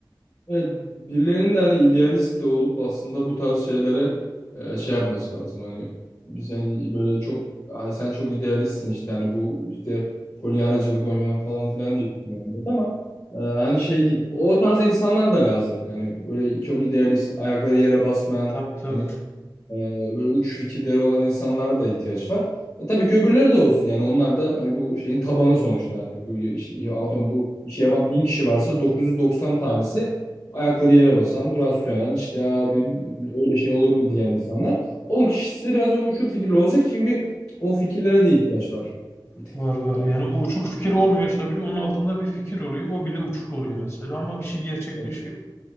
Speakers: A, on the left (about 50°); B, on the left (about 30°).
A: Evet, birilerinin de hani idealist de olup aslında bu tarz şeylere e, şey yapması lazım. Hani biz hani böyle çok ay sen çok idealistsin işte hani bu işte polyanacılık oynamak falan filan diye düşünüyorum evet ama e, hani şey değil. O tarz insanlar da lazım. Yani böyle çok idealist, ayakları yere basmayan,
B: Tabii tabii.
A: hani ee, böyle uç fikirleri olan insanlara da ihtiyaç var. E, tabii ki öbürleri de olsun yani onlar da hani bu şeyin tabanı sonuçta hani bu ya- işi, atom bu işi yapan bin kişi varsa 990 tanesi ayakları yere basan, rasyonel işte abi öyle şey olur mu diyen insanlar. 10 kişisi de biraz böyle uçuk fikirli olacak çünkü o fikirlere de ihtiyaç var bir tık
B: Var var.
A: yani.
B: Yani o uçuk fikir olmuyorsa bile onun altında bir fikir oluyor. O bile uçuk oluyor mesela ama bir şey gerçekleşiyor.
A: Evet,